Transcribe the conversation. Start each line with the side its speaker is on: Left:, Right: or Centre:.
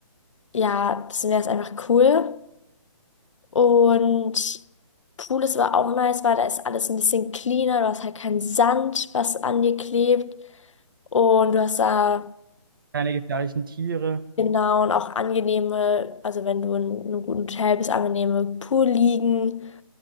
Left: ja, das Meer ist einfach cool. Und Pool ist aber auch nice, weil da ist alles ein bisschen cleaner, du hast halt keinen Sand, was an dir klebt. Und du hast da
Right: Keine gefährlichen Tiere.
Left: Genau, und auch angenehme, also wenn du in einem guten Hotel bist, angenehme Poolliegen,